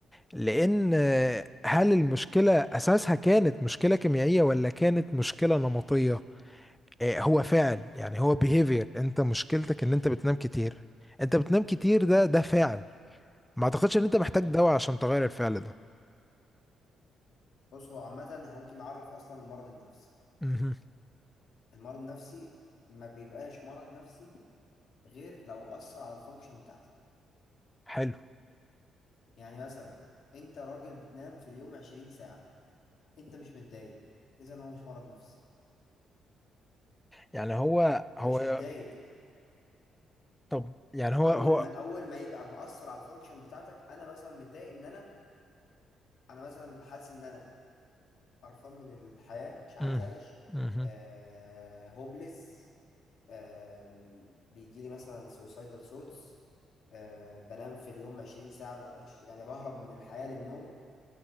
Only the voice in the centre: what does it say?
لان آه، هل المشكله اساسها كانت مشكله كيميائيه ولا كانت مشكله نمطيه آه، هو فعل يعني هو behavior انت مشكلتك ان انت بتنام كتير انت بتنام كتير ده ده فعل ما اعتقدش ان انت محتاج
دواء عشان تغير الفعل ده
مهم.
حلو
يعني هو
هو
طب يعني هو
هو
مهم.
مهم.